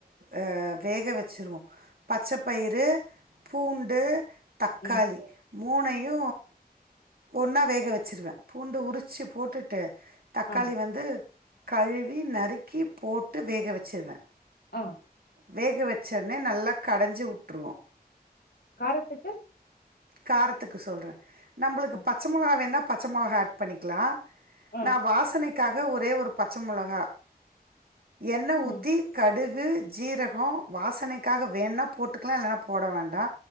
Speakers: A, on the right; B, on the left.
A: ஆஹ் வேக வச்சிருவோம் பச்சை பயிறு பூண்டு பூண்டு தக்காளி
B: ம்
A: மூணையு ஒன்னா வேக வச்சுருவே பூண்டு உரிச்சு போட்டுட்டு தக்காளி
B: ஆ
A: வந்து கழுவி நறுக்கி போட்டு வேக வச்சிருவே
B: ஆ
A: வேக வச்சனே நல்லா கடஞ்சி உட்ருவோ
B: காரத்துக்கு
A: காரத்துக்கு சொல்றே நம்மளுக்கு
B: ஆ
A: பச்ச மொளகா வேண்ணா பச்ச மொளகா ஆட் பண்ணிக்லா
B: ஆ
A: நா வாசனைக் க்காக ஒரே ஒரு பச்ச மொளகா எண்ண ஊத்தி
B: ம்
A: கடு கு ஜீரகம் வாசனைக்காக வேண்னா போட்டுக்கலா இல்லன்னா போட வேண்டா